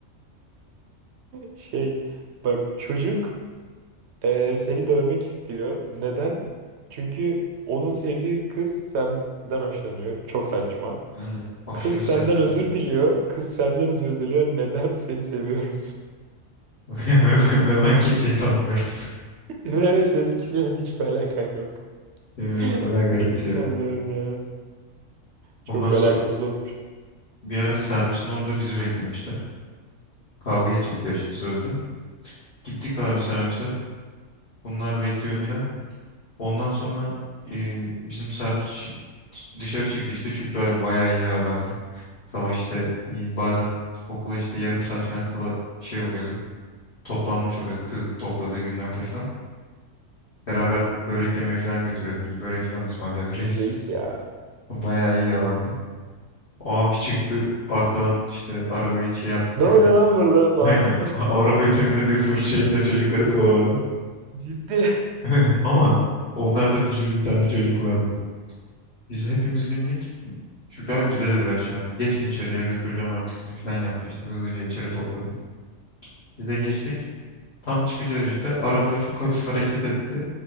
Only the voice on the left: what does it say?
Ben de aşırı
saçmaydı.
<laughs> Ve, ve- ve ben kimseyi tanımıyorum. <laughs>
Evet
bayağı garipti ya.
Ondan sonra
bir ara servisin orada bizi beklemişler. Kavga edecekler işte sözde. Gittik abi servise. Bunlar bekliyor filan. Ondan sonra e, bizim servis ç- ç- dışarı çıktı işte Şükrü abi bayağı iyi adamdı. Sabah işte e, bazen okula işte yarım saat falan kala şey oluyordu. Toplanmış oluyordu kız topladığı günlerde falan. Beraber börek yemeye falan götürüyordu bizi. Börek falan ısmarlıyordu <laughs> reis.
Bayağı iyi adamdı. O abi çıktı arkadan işte arabayı şey yaptı temizledi.
<laughs>
Aynen a- arabayı temizlediği fırçayla çocukları kovaladı.
<laughs> Ama onlarda bücür bir tane çocuk vardı. Biz hepimiz bindik. Şükrü abi bize de biraz şey yaptı. Geçin içeriye götüreceğim artık sizi falan yaptı işte. Hızlıca içeri topladı. Biz de
geçtik.
Tam çıkacağız işte. Araba çok hafif hareket etti.